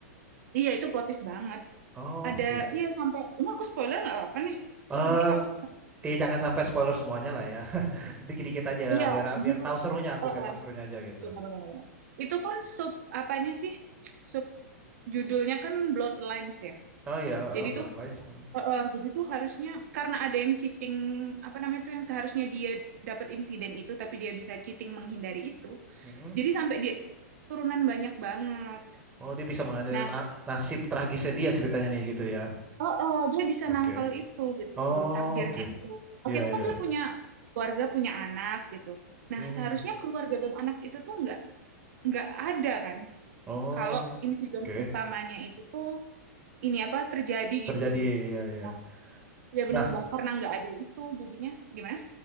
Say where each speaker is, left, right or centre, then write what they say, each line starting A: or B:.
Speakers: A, on the right; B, on the right.
A: iya itu plot twist banget
B: Oh,
A: ada
B: oke.
A: iya sampai ini aku spoiler nggak apa-apa nih
B: Eh
A: nanti kamu
B: iya jangan sampai spoiler semuanya lah ya. <laughs> Sedikit dikit aja
A: iya
B: biar biar
A: gitu
B: tahu serunya aku
A: Eh,
B: biar
A: eh,
B: tahu serunya aja gitu.
A: benar benar benar. itu kan sub apanya sih sub judulnya kan Bloodlines ya
B: Oh ya
A: jadi
B: eh,
A: itu
B: Bloodlines. Mm.
A: Heeh, jadi tuh harusnya karena ada yang cheating apa namanya itu yang seharusnya dia dapat insiden itu tapi dia bisa cheating menghindari itu.
B: Mm-mm.
A: Jadi sampai dia turunan banyak banget.
B: Oh dia bisa mengambil
A: Nah,
B: na- nasib tragisnya dia ceritanya nih gitu ya.
A: heeh, dia bisa
B: Oke.
A: nangkal itu gitu
B: Oh
A: takdirnya
B: oke.
A: itu. Akhirnya
B: Iya iya.
A: kan dia punya keluarga punya anak gitu. Nah,
B: Hmm.
A: seharusnya keluarga dan anak itu tuh nggak nggak ada kan
B: Oh
A: kalau insiden
B: oke.
A: utamanya itu tuh ini apa terjadi
B: Terjadi,
A: gitu.
B: ya ya
A: Nah, ya
B: Nah,
A: benar banget karena nggak ada itu jadinya gimana?